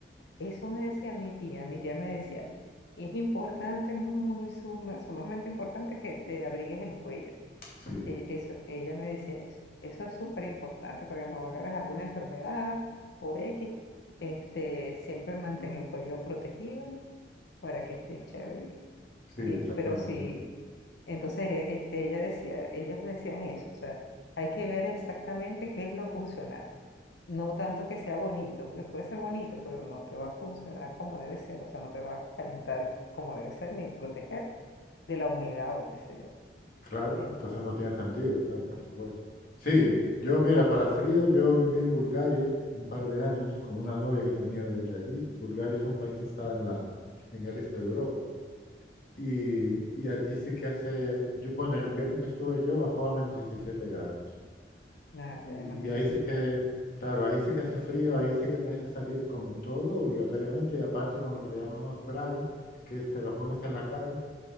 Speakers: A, on the left; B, on the left.
A: Eso me decía mi tía, mi tía me decía, es importante, muy suma- sumamente importante que te abrigues el cuello.
B: Sí,
A: E- Eso, ella me decía eso. Eso es súper importante para que no agarres alguna enfermedad o X. Este, siempre mantén el cuello protegido para que esté chévere.
B: sí,
A: Y-
B: exactamente.
A: pero si Entonces, e- este, ella decía, ellos decían eso, o sea, hay que ver exactamente qué es lo funcional. No tanto que sea bonito, porque puede ser bonito, pero no te va a funcionar como debe ser, o sea, no te va a calentar como debe ser, ni proteger de la humedad o qué sé yo.
B: Claro,
A: Entonces,
B: entonces no tiene sentido, claro, por supuesto. Sí, yo mira, para frío yo viví en Bulgaria un par de años con una novia que tenía desde allí. Bulgaria es un país que está en la, en el este de Europa. Y, y allí sí que hace, yo- bueno, el invierno que estuve yo bajó a menos 17 grados.
A: nada,
B: Y,
A: ya imagínense
B: y ahí sí
A: ustedes.
B: que, claro, ahí sí que hace frío, ahí sí que tienes que salir con todo obligatoriamente y aparte con lo que le llamamos braga, que es te lo pones en la cara,